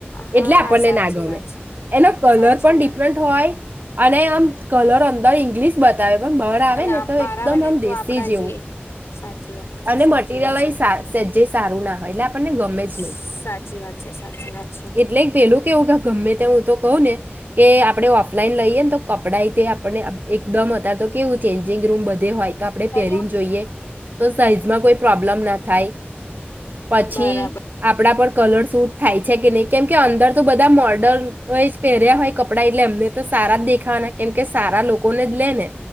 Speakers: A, on the left (about 85°); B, on the right (about 45°).
A: હા
B: એટલે આપને
A: સાચી
B: ના ગમે,
A: વાત છે
B: એનો કલર
A: સાચી
B: પણ
A: વાત
B: ડિફરન્ટ હોય અને કલર અંદર ઇંગ્લિશ બતાવે પણ બહર આવે
A: અને
B: ને તો
A: બહાર
B: એકદમ
A: આવે ને
B: આમ દેશી
A: તો આપડા
B: જેવું
A: જે સાચી વાત છે
B: અને
A: સાચી
B: મટીરિયલ
A: વાત છે
B: સેજ્જય સારું ના હોય, એટલે આપણને ગમે જ
A: સાચી
B: નહી,
A: વાત છે સાચી વાત છે.
B: એટલે પેલું કેવું કે ગમે તે હું તો કહો ને કે આપડે ઓ ઓફલાઈન લઈએ ને તો, કપડાં એ તે આપને એકદમ અત તો કેવું ચેન્જિંગ રૂમ બધે હોય. તો આપડણે
A: હેલો.
B: પહેરીને જોઈએ તો સાઈઝમાં કોઈ પ્રોબ્લેમ ના થાય પછી
A: બરાબર
B: આપણા પણ કલર સુૂટ થાય છે કે નહી કેમ કે અંદર તો બધા મોડલ એ જ પહેર્યા હોય કપડાં એટલે એમને તો સારા જ દેખાવાના કેમ કે સારા લોકોને જ લે ને